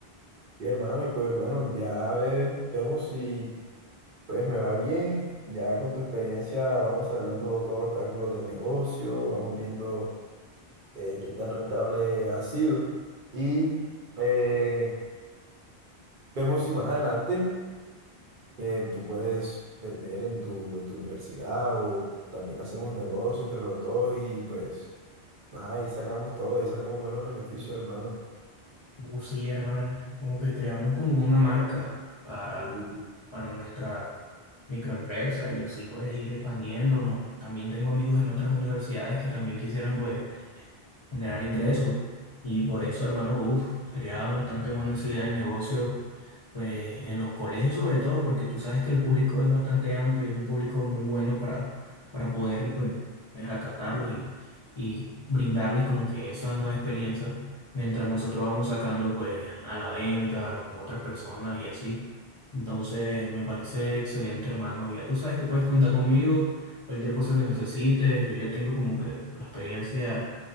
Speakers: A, on the right; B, on the left.
A: Y hermano, y pues bueno, ya ve- vemos si Pues me va bien, ya con tu experiencia vamos sacando todos los cálculos del negocio, vamos viendo eh, qué tan rentable ha sido y eh, vemos si más adelante eh, tú puedes vender en tu, en tu universidad o también hacemos negocio entre los dos y pues nada, ahí sacamos todo, ahí sacamos buenos beneficios, hermano.
B: Uh, sí, hermano. Como que creamos como una marca para,
A: Y
B: para nuestra microempresa y así puedes ir expandiéndonos. También tengo amigos en otras universidades que también quisieran pues generar ingresos. Y por eso, hermano, uf, sería bastante buena esa idea de negocio, pues en los colegios sobre todo, porque tú sabes que el público es bastante amplio, es un público muy bueno para, para poder pues, acatarlos y, y brindarles como que esa nueva experiencia, mientras nosotros vamos sacando pues a la venta con otras personas y así. Entonces, me parece excelente, hermano. Ya tú sabes que puedes contar conmigo, cualquier cosa que necesites, yo ya tengo como que la experiencia